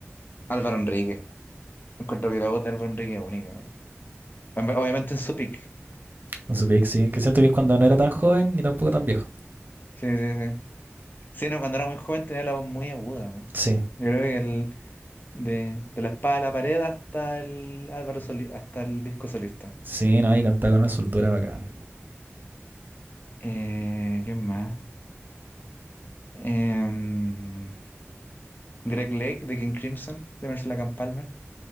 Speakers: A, on the left (about 40°); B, on the right (about 40°).
A: Álvaro Enrique. Encuentro que la voz de Álvaro Enrique es única. weón. Ob- Obviamente en su pick.
B: En su pick, sí, que siento que es cuando no era tan joven ni tampoco tan viejo.
A: Sí, sí, sí. Sí, no, cuando era muy joven tenía la voz muy aguda. weón.
B: Sí,
A: Yo creo que el, de, de la espada a la pared hasta el Álvaro Soli- hasta el disco solista.
B: sí, no, y cantaba con una soltura bacán.
A: Eh, ¿quién más? Em, Greg Lake de King Crimson, de Mercy Camp Palmer.